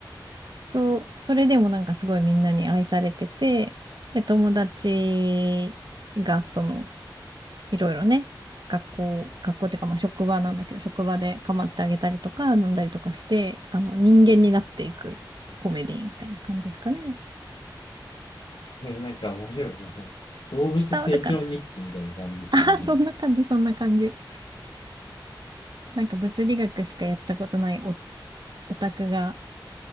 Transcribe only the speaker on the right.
そう、それでもなんかすごいみんなに愛されてて、で、友達が、その、いろいろね、学校、学校っていうか、まあ職場なんだけど、職場で構ってあげたりとか、飲んだりとかして、あの、人間になっていくコメディみたいな感じですかね。
伝わるかなああ
<laughs> そんな感じ、そんな感じ。なんか物理学しかやったことないオオタクが、